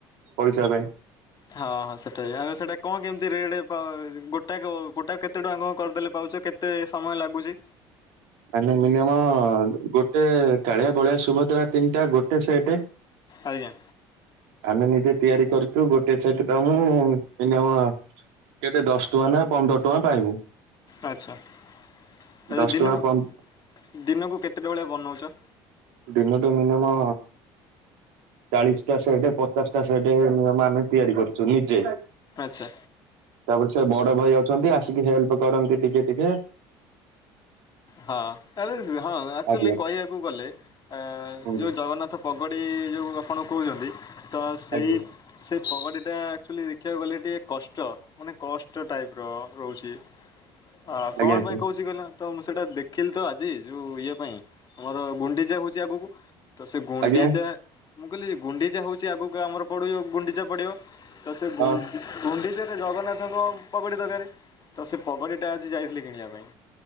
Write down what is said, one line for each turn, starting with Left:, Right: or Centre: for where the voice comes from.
Right: ପଇସା ପାଇଁ।
Left: ହଁ ହଁ ସେଟା ଆଉ ସେଇଟା କଣ କେମିତି ରେଡ଼ ପ-ଗୋଟାକ ଗୋଟାକ କେତେ ଟଙ୍କା କଣ କରିଦେଲେ ପାଉଚ କେ ତେ ସମୟ ଲାଗୁଚି?
Right: ମାନେ ମିନିୟମ ଗୋଟେ କାଳିଆ ବଳିଆ ସୁଭଦ୍ରା ତିନିଟା ଗୋଟେ ସେଟେ।
Left: ଆଜ୍ଞା।
Right: ଆମେ ନିଜେ ତିଆରି କରିଚୁ ଗୋଟେ ସେଇଟ ଦମୁ ମିନିମମ୍ କେତେ ଦଶ ଟଙ୍କା ନା ପନ୍ଦର ଟଙ୍କା ପାଇମୁଁ।
Left: ଆଚ୍ଛା ଆଛା
Right: ଦଶ
Left: ଦିନକୁ
Right: ଟଙ୍କା ପନ୍ଦ
Left: ଦିନକୁ କେତେଟାଭଳିଆ ବନଉଚ?
Right: ଦିନଟେ ମିନିୟମ ଚାଳିଶଟା ସେଟ୍ ପଚାଶଟା ସେଟ୍ ନିୟମ ଆମେ ତିଆରି କରୁଚୁ ନିଜେ।
Left: ଆଚ୍ଛା।
Right: ତାପରେ ସେ ବଡ ଭାଇ ଅଛନ୍ତି ଆସିକି ହେଲ୍ପ କରନ୍ତି ଟିକେ ଟିକେ
Left: ହଁ ଆରେ ହଁ ଆକ୍ଚୋଲି
Right: ଆଜ୍ଞା
Left: କହିବାକୁ ଗଲେ ଅଁ
Right: ହୁଁ।
Left: ଯୋଉ ଜଗନ୍ନାଥ ପଗଡ଼ି ଯୋଉ ଆପଣ କହୁଚନ୍ତି ତ ସେଇ
Right: ଆଜ୍ଞା
Left: ସେ ପଗଡି ଟା ଆକ୍ଚୋଲି ଦେଖିବାକୁ ଗଲେ ଟିକେ କଷ୍ଟ ମାନେ କଷ୍ଟ ଟାଇପ ର ରହୁଛି ଆ
Right: ଆଜ୍ଞା
Left: କଣ ପାଇଁ
Right: ସାର୍
Left: କହୁଛି କହିଲ ତ ସେଇଟା ଦେଖିଲି ତ ଆଜି ଯୋଉ ଇଏ ପାଇଁ ଆମର ଗୁଣ୍ଡିଚା ହଉଚି ଆଗୁକୁ। ତ ସେଇ ଗୁଣ୍ଡିଚା
Right: ଆଜ୍ଞା
Left: ମୁଁ କହିଲି ଗୁଣ୍ଡିଚା ହଉଛି ଆଗକୁ ଆମର ପଡ଼ିବ ଗୁଣ୍ଡିଚା ପଡ଼ିବ। ତ ସେଇ ଗୁ
Right: ହଁ
Left: ଗୁଣ୍ଡିଚାରେ ଜଗନ୍ନାଥଙ୍କ ପଗଡ଼ି ଦରକାର। ତ ସେଇ ପଗଡ଼ିଟା ଆଜି ଯାଇଥିଲି କିଣିବା ପାଇଁ।